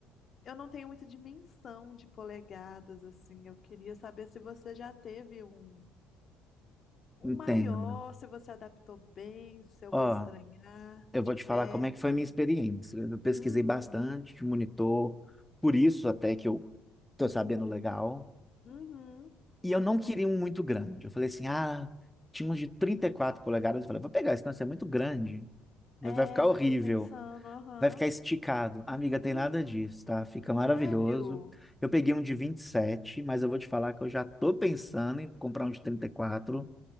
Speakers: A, on the left; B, in the centre.
A: Eu não tenho muita dimensão de polegadas assim. Eu queria saber se você já teve um um
B: Entenda.
A: maior, se você adaptou bem, se eu
B: Ó,
A: vou estranhar
B: eu vou
A: de
B: te
A: perto.
B: falar como é que foi a minha experiência. Eu pesquisei
A: Hum,
B: bastante de monitor, por isso até que eu tô sabendo legal.
A: uhum,
B: E
A: sim.
B: eu não queria um muito grande. Eu falei assim, ah, tinha uns de 34 polegadas. Eu falei, vou pegar, senão isso é muito grande. Vai
A: É,
B: vai ficar horrível.
A: eu fico pensando, aham.
B: Vai ficar esticado. Amiga,
A: Uhum.
B: tem nada disso, tá? Fica maravilhoso.
A: Sério?
B: Eu peguei um de 27, mas eu vou te falar que eu já tô pensando em comprar um de trinta E quatro.